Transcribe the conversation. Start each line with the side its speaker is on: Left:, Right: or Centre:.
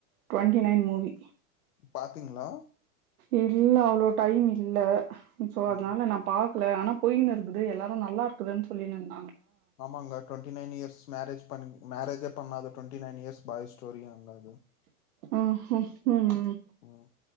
Right: டுவெண்ட்டி நையன் மூவி
Left: பாத்தீங்கிளா
Right: இல்ல அவ்ளோ டைம் இல்ல சோ அதுனால
Left: ம்
Right: நா பாத் க்கல ஆனா போயின்னு இருக்குது எல்லாரு நல்லாக்குதுன்னு சொல்லி நாங்
Left: ஆமாங்க டுவெண்ட்டி நைன் இயர்ஸ் மேரேஜ் பண்ணி மேரேஜ பண்ணாத twenty nine years boy story அங்க அது
Right: ம் ம் ம்
Left: ம்